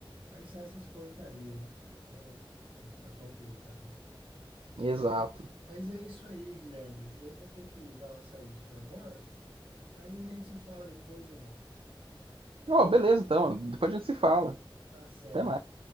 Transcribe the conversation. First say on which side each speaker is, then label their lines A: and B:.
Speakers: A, on the right; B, on the right.
A: aí sai essas porcaria, né, cara? É, com- tá complicado.
B: Exato.
A: É, Mas é isso aí, Guilherme. Eu vou ter que dar uma saidinha agora, aí a gente se fala depois, irmão.
B: Ó, beleza, então. Depois a gente se fala.
A: Tá certo.
B: Até mais.